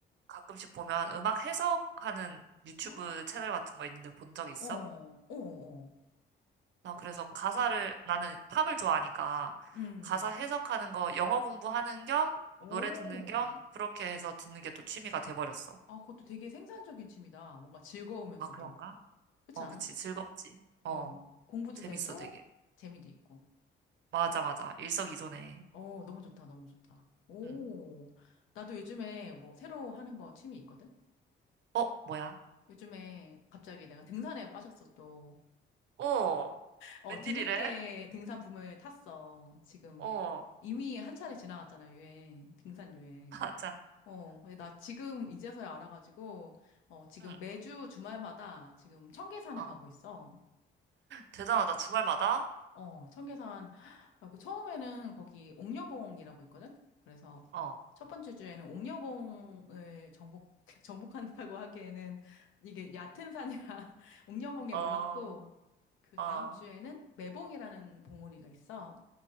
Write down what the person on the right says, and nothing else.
가끔씩 보면 음악 해석하는 유튜브
채널 같은 거 있는데 본 적 있어?
나 그래서 가사를, 나는 팝을 좋아하니까,
가사 해석하는 거 영어 공부하는 겸,
노래 듣는 겸, 그렇게 해서 듣는 게 또 취미가 돼버렸어.
아, 그런가?
어,
그치. 즐겁지. 어,
재밌어,
되게.
맞아, 맞아. 일석이조네.
응.
어, 뭐야?
어,
웬일이래?
어,
<laughs> 맞아.
응,
어,
대단하다. 주말마다?
어,
어,
어,